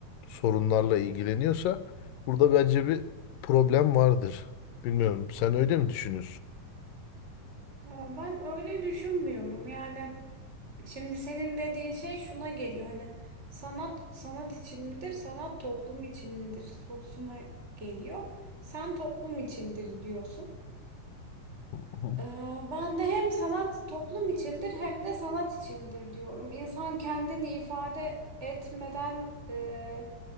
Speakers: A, on the left; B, on the right.
A: sorunlarla ilgileniyorsa burada bence bir problem vardır. Bilmiyorum sen öyle mi düşünüyorsun?
B: ama ben öyle düşünmüyorum. Yani Şimdi senin dediğin şey şuna geliyor hani sanat sanat için midir, sanat toplum için midir sorusuna geliyor. Sen toplum içindir diyorsun.
A: Hı.
B: Ee, Ben de hem sanat toplum içindir hem de sanat içindir diyorum. İnsan kendini ifade etmeden e,